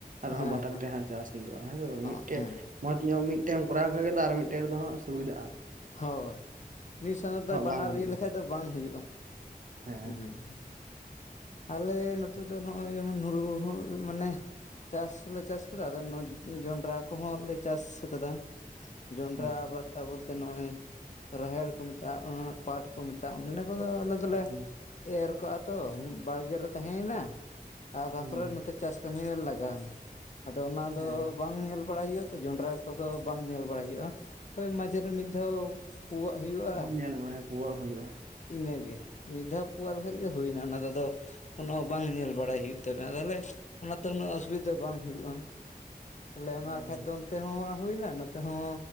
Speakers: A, on the right; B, on the left.
A: ᱟᱨᱦᱚᱸ
B: ᱦᱮᱸ
A: ᱵᱟᱛᱟᱨ ᱛᱮ ᱦᱟᱸᱜ ᱪᱟᱥ ᱦᱩᱭᱩᱜᱼᱟ ᱦᱮᱸᱥᱮ ᱵᱟᱝ,
B: ᱦᱮᱸ
A: ᱢᱤᱜᱴᱮᱡ ᱢᱚᱸᱡᱽ ᱧᱚᱜ ᱢᱤᱜᱴᱮᱜ ᱮᱢ ᱠᱚᱨᱟᱣ ᱠᱷᱟᱜ ᱜᱮᱫᱚ ᱟᱨ ᱢᱤᱜᱴᱮᱡ ᱨᱮᱫᱚ ᱦᱟᱸᱜ ᱥᱩᱵᱤᱫᱟᱜᱼᱟ᱾
B: ᱦᱳᱭ, ᱢᱤᱜ ᱥᱟᱶ ᱛᱮ ᱵᱟᱱᱟᱨ
A: ᱵᱟᱝ ᱦᱩᱭᱩᱜᱼᱟ
B: ᱤᱭᱟᱹ ᱞᱮᱠᱷᱟᱡ ᱫᱚ ᱵᱟᱝ ᱦᱩᱭᱩᱜᱼᱟ᱾
A: ᱦᱮᱸ
B: ᱦᱩᱸ᱾ ᱟᱞᱮ ᱱᱚᱛᱮ ᱫᱚ ᱱᱚᱜᱼᱚᱭ ᱡᱮᱢᱚᱱ ᱦᱩᱲᱩ ᱦᱚᱸ ᱢᱟᱱᱮ ᱪᱟᱥ ᱦᱚᱸᱞᱮ ᱪᱟᱥ ᱠᱟᱫᱟ ᱟᱫᱚ ᱡᱚᱱᱰᱨᱟ ᱠᱚ ᱦᱚᱸ ᱞᱮ ᱪᱟᱥ ᱟᱠᱟᱫᱟ᱾ ᱡᱚᱱᱰᱨᱟ
A: ᱦᱩᱸ
B: <unintelligible> ᱛᱮ ᱱᱚᱜᱼᱚᱭ, ᱨᱟᱦᱮᱲ ᱠᱚ ᱢᱮᱛᱟᱜᱼᱟ ᱟᱸ ᱯᱟᱴ ᱠᱚ ᱢᱮᱛᱟᱜᱼᱟ ᱚᱱᱟ ᱠᱚᱫᱚ ᱟᱞᱮ ᱫᱚᱞᱮ
A: ᱦᱩᱸ
B: ᱮᱨ ᱠᱚᱜᱼᱟ ᱛᱚ ᱵᱟᱲᱜᱮ ᱨᱮ ᱛᱟᱦᱮᱸᱭᱮᱱᱟ ᱟᱨ ᱛᱟᱯᱚᱨᱮ
A: ᱦᱩᱸ ᱦᱩᱸ
B: ᱱᱚᱛᱮ ᱪᱟᱥ ᱠᱟᱹᱢᱤ ᱨᱮ ᱞᱟᱜᱟᱣᱭᱮᱱᱟ, ᱟᱫᱚ ᱚᱱᱟ
A: ᱦᱮᱸ
B: ᱫᱚ ᱵᱟᱝ ᱧᱮᱞ ᱵᱟᱲᱟᱭ ᱦᱩᱭᱩᱜᱼᱟ ᱛᱚ ᱡᱚᱱᱰᱨᱟ ᱠᱚᱫᱚ ᱵᱟᱝ ᱧᱮᱞ ᱵᱟᱲᱟᱭ ᱦᱩᱭᱩᱜᱼᱟ, ᱦᱳᱭ ᱢᱟ ᱨᱮ ᱢᱤᱫ ᱫᱷᱟᱣ ᱯᱩᱜᱟᱹᱜ ᱦᱩᱭᱩᱜᱼᱟ,
A: ᱦᱮᱸ ᱧᱮᱞ ᱵᱟᱲᱟ ᱯᱩᱣᱟᱜ ᱦᱩᱭᱩᱜᱼᱟ
B: ᱤᱱᱟᱹ ᱜᱮ᱾ ᱢᱤᱫ ᱫᱷᱟᱣ ᱯᱩᱜᱟᱜ-ᱟ ᱞᱮᱠᱷᱟᱡ
A: ᱦᱩᱸ
B: ᱜᱮ ᱦᱩᱭᱱᱟ ᱚᱱᱟ ᱫᱚ, ᱟᱫᱚ ᱠᱳᱱᱳ ᱵᱟᱝ ᱧᱮᱞ ᱵᱟᱲᱟᱭ ᱦᱩᱭᱩᱜ ᱛᱟᱵᱮᱱᱟ ᱛᱟᱦᱚᱞᱮ, ᱚᱱᱟ ᱛᱮ ᱩᱱᱟᱹᱜ ᱚᱥᱩᱵᱤᱫᱟ ᱵᱟᱝ ᱦᱩᱭᱩᱜᱼᱟ᱾ ᱛᱟᱦᱚᱞᱮ ᱚᱱᱟ
A: ᱦᱩᱸ
B: ᱠᱷᱟᱡ ᱫᱚ ᱚᱱᱛᱮ ᱦᱚᱸ ᱦᱩᱭᱱᱟ ᱱᱚᱛᱮ ᱦᱚᱸ